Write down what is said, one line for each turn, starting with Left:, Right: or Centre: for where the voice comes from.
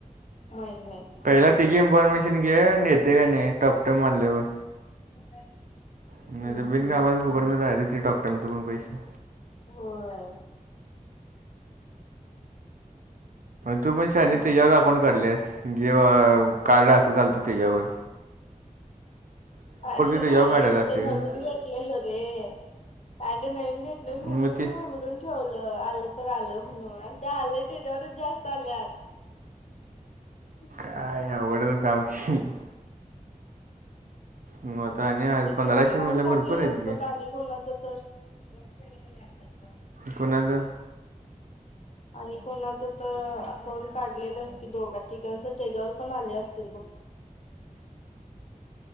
Left: माहित नाही.
Right: त्यातेची इन्फॉर्मेशन घे, येते काय नाही टॉकटाइम मारल्यावर.
Left: <inaudible>
Right: नाही
Left: हम्म
Right: तर बिन कामाचं
Left: बघतो.
Right: फुकडमध्ये
Left: की
Right: जायचं, ते टॉकटाईम पण पैसे.
Left: होय.
Right: तू पण शहानी
Left: बघायचं
Right: त्याच्यावर अकाउंट
Left: आता
Right: काढल्यास,
Left: ते
Right: घे कार्ड असं झालतं त्यांच्यावर.
Left: अरे
Right: त्याच्यावर
Left: नाही
Right: काढायचं असते
Left: ते, नवीन
Right: का
Left: घेतलेलं रे. आदी नवीन घेतलेलो, म्हणून‌
Right: मग ते
Left: मी उघडून. ठेवलं आलं तर आलं म्हणून, आणि ते आले तेच्यावरच जास्त आल्यात. हम्म.
Right: काय अवघडच काम <unintelligible> मग आता आणि आज
Left: ते
Right: पंधराशे
Left: तू अकाउंट
Right: म्हणलं
Left: काढलेलंस
Right: भरपूर आहेत गे
Left: बघ, आणि कोणाच तर. दोघीजणी लागतात कां.
Right: कुणाचं.
Left: आणि कोणाचं तर अकाउंट काढलेलंस की, दोघा- तिघांच तेच्यावर पण आले असतील बघ.